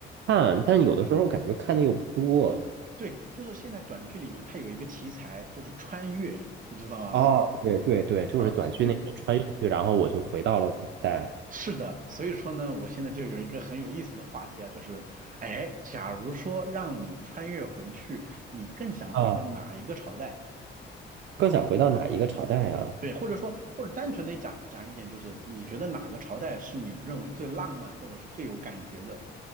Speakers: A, on the right (about 65°); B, on the right (about 40°).
A: 看，但有的时候感觉看的又不多。
B: 对，就是现在短剧里面它有一个题材就是穿越，你知道吗？
A: 哦，对对对，就是短剧那个穿越剧，
B: 啊、就
A: 然后我就回到了古代。
B: 是的。所以说呢，我现在就有一个很有意思的话题啊，就是哎，假如说让你穿越回去，你更想回到哪一个朝代？
A: 啊，更想回到哪一个朝代呀？
B: 对，或者说，或者单纯的讲讲一点，就是你觉得哪个朝代是你认为最浪漫或者是最有感觉的？